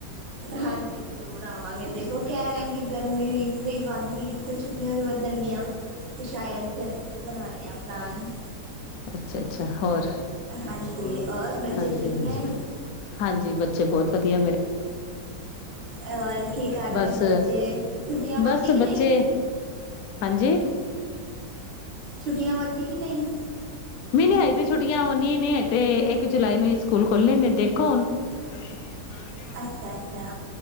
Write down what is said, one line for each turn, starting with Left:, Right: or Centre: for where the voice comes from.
Right: ਹਾਂਜੀ ਜਰੂਰ ਆਵਾਂਗੇ ਦੇਖੋ ਕਹਿ ਰਹਿਣਗੇ ਗਰਮੀ ਵੀਈ ਵੱਧ ਗਈ ਤੇ ਫਿਰਰ ਛੁ ਵੀ ਵੱਧਣਗੀਆਂ ਤੇ ਸ਼ਾਇਦ ਫਿਰ ਬਣਾਦੇ ਆ ਪਲਾਨ
Left: ਅੱਛਾ-ਅੱਛਾ ਹੋਰ
Right: ਹਾਂਜੀ ਹੋਰ ਬੱਚੇ
Left: ਹਾਂਜੀ
Right: ਠੀਕ
Left: ਹਾਂਜੀ
Right: ਨੇ
Left: ਹਾਂਜੀ ਬੱਚੇ ਬਹੁਤ ਵਧੀਆ ਮੇਰੇ
Right: ਹੋਰ ਕੀ ਕਾਰਨ
Left: ਬਸ
Right: ਬੱਚੇ ਛੁੱਟੀਆਂ ਵੱਧਦੀ
Left: ਬਸ
Right: ਕਿ
Left: ਬੱਚੇ
Right: ਨਹੀਂ
Left: ਹਾਂਜੀ
Right: ਛੁੱਟੀਆਂ ਵੱਧਦੀ ਕਿ ਨਹੀਂ
Left: ਮ ਨਹੀਂ ਅਜ ਤੇ ਛੁੱਟੀਆਂ ਆਉਦੀ ਨਹੀਂ ਅ ਤੇ ਇੱਕ ਜੁਲਾਈ ਨੂੰ ਹੀ ਸਕੂਲ ਖੋਲਣੇ ਨੇ ਦੇਖੋ ਹੁਣ <unintelligible> <inaudible>
Right: ਅੱਛਾ ਅੱਛਾ